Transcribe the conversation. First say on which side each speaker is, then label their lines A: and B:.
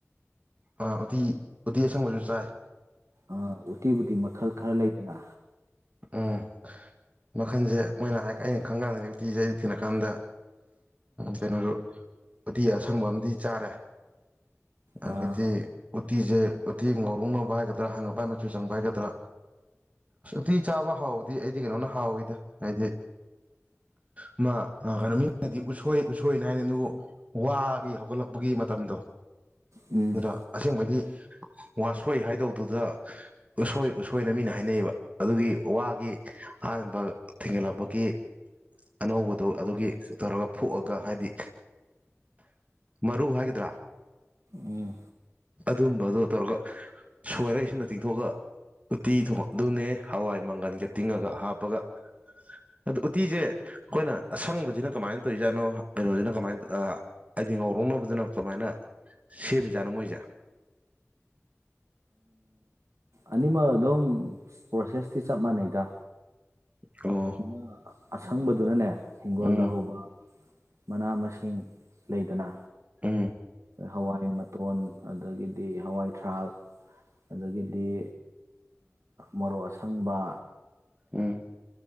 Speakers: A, on the right; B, on the right.
A: ꯐꯥꯔꯦ ꯎꯇꯤ ꯎꯇꯤ ꯑꯁꯪꯕꯁꯨ ꯆꯥꯏ
B: ꯑ ꯎꯇꯤꯕꯨꯗꯤ ꯃꯈꯜ ꯈꯔ ꯂꯩꯗꯅ
A: ꯎꯝ ꯃꯈꯟꯁꯦ ꯃꯣꯏꯅ ꯑꯩꯅ ꯈꯪꯀꯥꯟꯗꯗꯤ ꯎꯇꯤꯁꯦ ꯑꯩ ꯊꯤꯂꯀꯥꯟꯗ ꯀꯩꯅꯣꯁꯨ ꯎꯇꯤ ꯑꯁꯪꯕ ꯑꯃꯗꯤꯝ ꯆꯥꯔꯦ
B: ꯑꯥ
A: ꯑꯈꯥꯗꯤ ꯎꯇꯤꯁꯦ ꯎꯣꯇꯤ ꯉꯥꯎꯔꯧꯅꯕ ꯍꯥꯏꯒꯗ꯭ꯔꯥ ꯍꯪꯉꯄ ꯍꯥꯏ ꯃꯆꯨ ꯆꯪꯕ ꯍꯥꯏꯒꯗ꯭ꯔꯥ ꯎꯇꯤ ꯆꯥꯕ ꯍꯥꯎꯕꯗꯤ ꯑꯩꯗꯤ ꯀꯩꯅꯣꯅ ꯍꯥꯎꯋꯤꯗ ꯍꯥꯏꯗꯤ ꯃꯥ ꯀꯩꯅꯣ ꯃꯤꯅꯗꯤ ꯎꯁꯣꯏ ꯎꯁꯣꯏꯅ ꯍꯥꯏꯅꯩ ꯑꯗꯨꯕꯨ ꯋꯥꯒꯤ ꯍꯧꯒꯠꯂꯛꯄꯒꯤ ꯃꯇꯝꯗꯣ
B: ꯎꯝ
A: ꯑꯗꯨꯗ ꯑꯁꯦꯡꯕꯗꯤ ꯋꯥꯁꯣꯏ ꯍꯥꯏꯗꯧꯗꯨꯗ ꯎꯁꯣꯏ ꯎꯁꯣꯏꯅ ꯃꯤꯅ ꯍꯥꯏꯅꯩꯌꯦꯕ ꯑꯗꯨꯒꯤ ꯋꯥꯒꯤ ꯑꯍꯥꯟꯕ ꯊꯦꯡꯒꯠꯂꯛꯄꯒꯤ ꯑꯅꯧꯕꯗꯣ ꯑꯗꯨꯒꯤ ꯇꯧꯔꯒ ꯐꯣꯛꯑꯒ ꯍꯥꯏꯗꯤ ꯃꯔꯨ ꯍꯥꯏꯒꯗ꯭ꯔꯥ
B: ꯎꯝ
A: ꯑꯗꯨꯝꯕꯗꯣ ꯇꯧꯔꯒ ꯁꯣꯏꯔꯒ ꯏꯁꯤꯡꯗ ꯇꯤꯡꯊꯣꯛꯑꯒ ꯎꯠꯇꯤ ꯊꯣꯡꯉ ꯑꯗꯨꯅꯦ ꯍꯋꯥꯏ ꯃꯪꯒꯜꯒ ꯇꯤꯡꯉꯒ ꯍꯥꯞꯄꯒ ꯑꯗꯨ ꯎꯇꯤꯁꯦ ꯑꯩꯈꯣꯏꯅ ꯑꯁꯪꯕꯁꯤꯅ ꯀꯃꯥꯏꯅ ꯇꯧꯔꯤꯖꯥꯠꯅꯣ ꯀꯩꯅꯣꯁꯤꯅ ꯀꯃꯥꯏꯅ ꯍꯥꯏꯗꯤ ꯉꯥꯎꯔꯧꯅꯕꯗꯨꯅ ꯀꯃꯥꯏꯅ ꯁꯦꯝꯃꯤꯖꯥꯠꯅꯣ ꯃꯣꯏꯁꯦ
B: ꯑꯅꯤꯃꯛ ꯑꯗꯨꯝ ꯄ꯭ꯔꯣꯁꯦꯁꯇꯤ ꯆꯞ ꯃꯥꯟꯅꯩꯗ
A: ꯑꯣ
B: ꯊꯃ ꯑꯁꯪꯕꯗꯨꯅꯅꯦ ꯍꯒꯣꯜꯗ
A: ꯎꯝ
B: ꯍꯧꯕ ꯃꯅꯥ ꯃꯁꯤꯡ ꯂꯩꯗꯅ
A: ꯎꯝ
B: ꯍꯋꯥꯏ ꯃꯇꯣꯟ ꯑꯗꯒꯤꯗꯤ ꯍꯋꯥꯏ ꯊꯔꯥꯛ ꯑꯗꯒꯤꯗꯤ ꯃꯣꯔꯣꯛ ꯑꯁꯪꯕ
A: ꯎꯝ